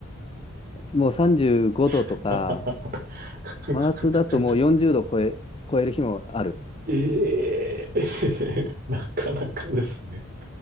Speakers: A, on the left; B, on the right.
A: もう35度とか、
B: <laughs>
A: 真夏だともう40度超え、超える日もある
B: ええ <laughs> なかなかですね。